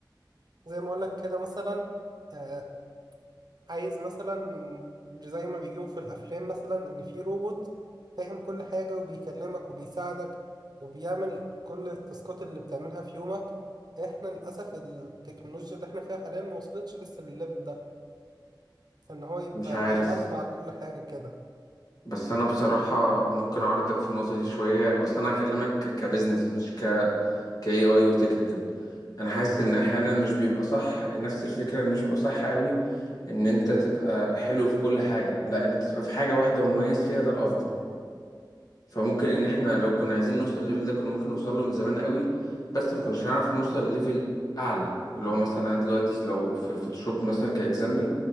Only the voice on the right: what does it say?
زي ما أقولك كده مثلا آه، عايز مثلا زي ما بيجيبوا في الافلام مثلا ان في روبوت فاهم كل حاجه وبيكلمك وبيساعدك وبيعمل كل التاسكات اللي بتعملها في يومك احنا للاسف التكنولوجيا اللي احنا فيها حاليا ما وصلتش لسه للليفل ده ان هو يبقى
مجمع كل حاجه كده